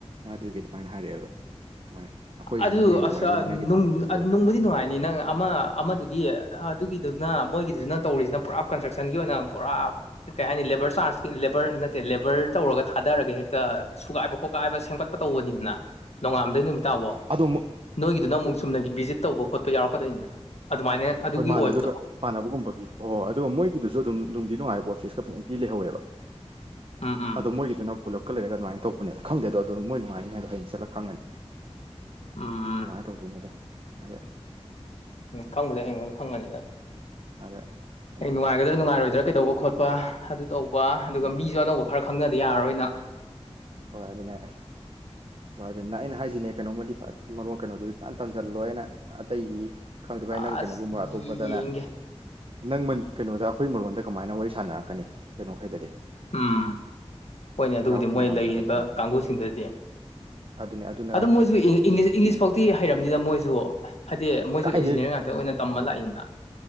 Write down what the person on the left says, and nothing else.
ꯑꯗꯨ
ꯑꯁ
ꯅꯨꯡꯕꯨꯗꯤ ꯅꯨꯡꯉꯥꯏꯅꯤ ꯅꯪ ꯑꯃ ꯑꯃꯗꯨꯒꯤ ꯑꯗꯨꯒꯤꯗꯨꯅ ꯃꯣꯏꯒꯤꯗꯨꯗꯨꯅ ꯇꯧꯔꯤꯁꯤꯅ ꯄꯨꯔꯥ ꯀꯟꯁꯇ꯭ꯔꯛꯁꯟꯒꯤ ꯑꯣꯏꯅ ꯄꯨꯔꯥ ꯀꯩ ꯍꯥꯏꯅꯤ ꯂꯦꯕꯔ ꯆꯥꯔꯖꯀꯤ ꯂꯦꯕꯔ ꯅꯠꯇꯦ ꯂꯦꯕꯔ ꯇꯧꯔꯒ ꯊꯥꯗꯔꯒ ꯍꯦꯛꯇ ꯁꯨꯒꯥꯏꯕ ꯈꯣꯠꯀꯥꯏꯕ ꯁꯦꯝꯒꯠꯄ ꯇꯧꯕꯅꯤꯅ ꯅꯣꯡꯉꯥꯝꯗꯩ ꯅꯨꯃꯤꯗꯥꯡ
ꯅꯣꯏꯒꯤꯗꯨꯅ ꯑꯃꯨꯛ ꯆꯨꯝꯅꯒꯤ ꯚꯤꯖꯤꯠ ꯇꯧꯕ ꯈꯣꯠꯄ ꯌꯥꯎꯔꯛꯀꯗꯣꯏꯅꯤꯅ ꯑꯗꯨꯃꯥꯏꯅ ꯑꯗꯨꯒꯤ
ꯑꯣꯏꯕꯗꯣ
ꯎꯝ ꯎꯝ
ꯎꯝ
ꯈꯪꯕꯨꯗꯤ ꯍꯌꯦꯡ ꯈꯪꯉꯅꯤꯗ
ꯍ ꯅꯨꯡꯉꯥꯏꯒꯗ꯭ꯔꯥ ꯅꯨꯡꯉꯥꯏꯔꯣꯏꯗ꯭ꯔꯥ ꯀꯩꯗꯧꯕ ꯈꯣꯠꯄ ꯄ ꯑꯗꯨ ꯇꯧꯕ ꯑꯗꯨꯒ
ꯃꯤꯖꯨ ꯑꯅꯧꯕ ꯈꯔ ꯈꯪꯅꯗ ꯌꯥꯔꯔꯣꯏ ꯅꯪ
ꯑꯁ
ꯌꯦꯡꯒꯦ
ꯎꯝ ꯍꯣꯏꯅꯦ ꯑꯗꯨꯕꯨꯗꯤ
ꯃꯣꯏ
ꯂꯩꯔꯤꯕ
ꯀꯥꯡꯕꯨꯁꯤꯡꯗꯗꯤ
ꯑꯗꯨ ꯃꯣꯏꯁꯨ ꯏꯪ ꯏꯪꯏꯪꯂꯤꯁ ꯐꯥꯎꯇꯤ ꯍꯩꯔꯝꯅꯤꯗ ꯃꯣꯏꯁꯨ ꯍꯥꯏꯗꯤ ꯃꯣꯏꯁꯨ
ꯏꯟꯖꯤꯅꯤꯌꯥꯔ ꯉꯥꯛꯇ ꯑꯣꯏꯅ ꯇꯝꯕ ꯂꯥꯛꯏꯗꯅ